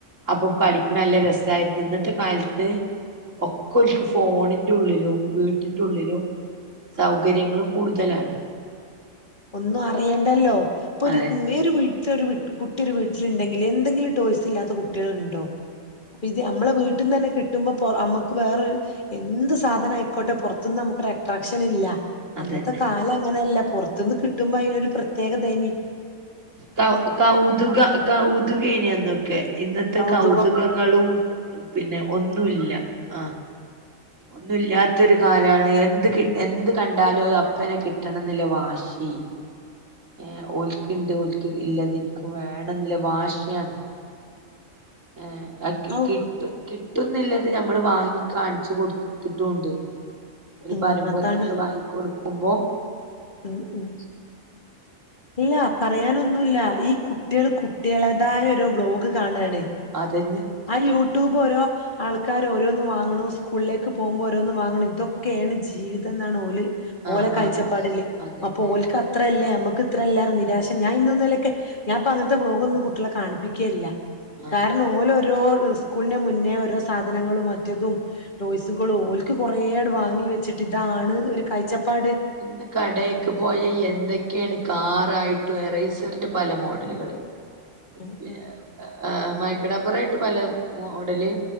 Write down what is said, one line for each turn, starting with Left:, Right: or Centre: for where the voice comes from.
Right: അപ്പൊ
Left: ഉം
Right: കളിക്ക്ണല്ല
Left: ഉം.
Right: രസായി ഇന്നത്തെ കാലത്ത് ഒക്കെ ഓല്ക് ഫോൺ ന്റെ ഉള്ളിലും വീട്ടിന്റെ ഉള്ളിലും സൗകര്യങ്ങൾ കൂടുതലാണ്
Left: ഒന്നും അറിയണ്ടല്ലോ ഇപ്പൊര്
Right: അതെ
Left: <unintelligible> ത്ത് ഒരു കുട്ടി ഒരു വീട്ടിലുണ്ടെങ്കിൽ എന്തെങ്കലും ടോയ്സ് ഇല്ലാത്ത കുട്ട്യാളുണ്ടോ ഇത് നമ്മള വീട്ടീന്ന് തന്നെ കി ട്ടുമ്പോ നമ്മുക്ക് വേറൊ എന്ത് സാധനം ആയിക്കോട്ടെ പുറത്തുന്ന് നമുക്കൊരു അട്രാക്ഷൻ ഇല്ല
Right: അതന്നെ
Left: അന്നത്തെ കാലം അങ്ങനെയല്ല തിന്ന് കിട്ടുമ്പോ അയിനൊരു പ്രത്യേക ഇതേനി
Right: കൗ കൗതുക കൗതുകേനന്നൊക്കെ ഇന്നത്തെ
Left: കൗതുകം
Right: കൗതുകങ്ങളും പിന്നെ ഒന്നുല്ല അ ഒന്നുല്ലാത്ത ഒരു കാലാണ് എന്ത് കി എന്ത് കണ്ടാലും അത് അപ്പനെ കിട്ടണം എന്നുള്ള വാശി ഏ ഓൽക്ക്ണ്ട് ഒൽക്ക് ഇള്ളത് ഇൻക്കും വേണം ന്നുള്ള വാശിയാണ് ഏ അഅ് കി
Left: ഔ
Right: കിട്ടു കിട്ട് കിട്ടുന്നില്ലത് നമ്മള് വാങ്ങിക്കാണി ച്ചു കൊടുത്തിട്ടൂണ്ട് ഓല്
Left: ഉം
Right: പറയുമ്പോത്തി
Left: അതാണ്
Right: നമ്മള് വ വാങ്ങിക്കൊടു ഉമ്പോ
Left: ഉം ഉം ഇല്ല പറയാനൊന്നുല്ല ഈ കുട്ട്യേള് കുട് കുട്ട്യേളാതായ ഓരോ വ്ളോഗ് കാണാണ്
Right: അതന്നെ
Left: ആ യൂട്യൂബ് ഇപ്പൊ ഓരോ ആൾക്കാര് ഓരോന്ന് വാങ്ങണഉം സ്കൂളിലേക്ക് പോകുമ്പോ ഓരോന്ന് വാങ്ങ് ണ് ഇതൊക്കേണ് ജീവിതം ന്നാണ് ഓല്
Right: ആഹ്
Left: ഓല കാഴ്ചപ്പാടില്
Right: ആഹ് ആഹ് അതന്നെ
Left: അപ്പൊ ഓൽക്ക് അത്ര അല്ലേ നമ്മക്ക് ഇത്രല്ലാറ് നിരാശ ഞാ ഇന്നു ഇന്നെലൊക്കെ ഞാപ്പൊ അങ്ങനത്തെ വ്ലോഗൊന്നും കുട്ടികളെ കാണിപ്പിക്കേയില്ല
Right: ആഹ്
Left: കാരണം ഓലോ ഓരോ ഇസ്കൂളിൻ്റെ മുന്നേ ഓരൊസാധനങ്ങളും മറ്റതും ടോയ്സുകളും ഓൽക്ക് കൊറേ ആട് വാങ്ങി വെച്ചിട്ട് ഇതാണ് ഒരു കാഴ്ചപ്പാട്
Right: ഇന്ന് കടേക്ക്
Left: അങ്ങനെ
Right: പോയ എന്തൊക്കേണ് കാറായിട്ടും എറേസ് ർറിന്റെ പല മോഡലുകള് <unintelligible>
Left: ഉം ഉം
Right: മൈക്കറബറായിട്ട് പല മോഡല്